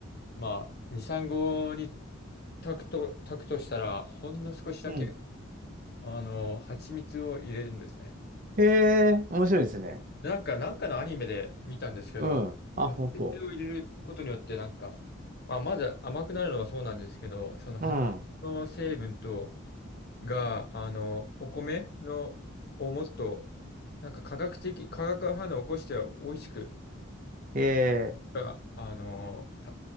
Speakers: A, on the left; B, on the right.
A: まあ、2、3合に炊くと、炊くとしたら、ほんの少しだけ、
B: うん。
A: あの、蜂蜜を入れるんですね。
B: へえ、面白いですね。
A: なんか、なんかのアニメで見たんですけど、
B: うん。あ、
A: 発酵を入れることによって、
B: 本当。
A: なんか、まあ、まず甘くなるのはそうなんですけど、その発酵の成分と、
B: うん。
A: が、あの、お米の、をもっと、なんか科学的、化学反応を起こして美味しく、
B: へえ。
A: あ、あの、た、